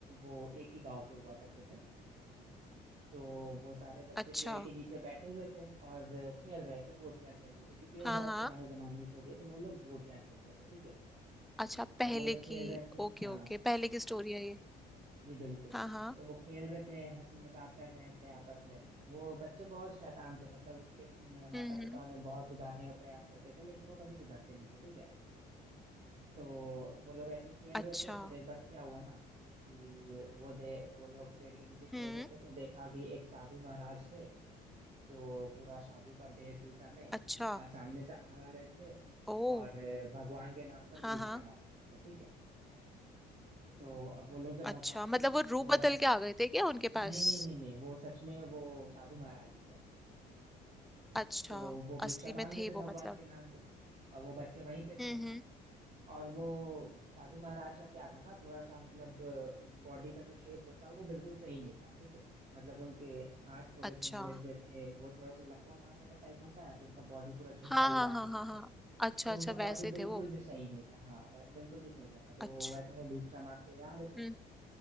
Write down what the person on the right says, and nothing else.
वो एक ही गांव के हुआ करते थे तो वो सारे बच्चे
पेड़ के नीचे बैठे हुए थे और खेल रहे थे गोटियां खेल रहे थे क्योंकि वो
बहुत
पुराने जमाने की स्टोरी है तो वो लोग गोटियां खेल रहे थे ठीक है
अब वो लोग
खेल रहे थे
हाँ
जी बिल्कुल
तो वो खेल रहे थे हंसी मजाक कर रहे थे आपस में वो बच्चे बहुत शैतान थे मतलब उनके माता
पिता
उन्हें बहुत सुधारने का प्रयास करते थे लेकिन वो कभी सुधरते नहीं थे ठीक है तो वो लोग ऐसे ही खेल
रहे थे फिर एक बार क्या हुआ ना कि वो दे वो लोग पेड़ के नीचे खेल
रहे थे तो देखा कि एक साधु महाराज थे जो पूरा साधु का वेशभूषा में
आ, सामने से आ रहे थे
और अ, भगवान के नाम पर
भिक्षा
मांग रहे थे ठीक है तो अब वो लोग जब भगवान
के
वो
भग
नहीं
नहीं नहीं नहीं वो सच में वो साधु महाराज ही थे
तो वो भिक्षा
मांग
रहे
थे भगवान
के नाम पे और वो बच्चे वहीं पे
थे
और वो साधु महाराज का क्या था ना थोड़ा सा मतलब बॉडी का जो शेप होता वो बिल्कुल सही नहीं था ठीक है मतलब उनके हाथ थोड़े
से मुड़े हुए थे वो थोड़ा सा लकवा मारने का टाइप होता है ना तो उनका बॉडी पूरा झुका
हुआ
आया था
तो उनका
बॉडी
बिल्कुल
भी सही नहीं था हाँ वै- बिल्कुल भी सही नहीं था तो
वो वैसे में भिक्षा मांगते हुए आ रहे थे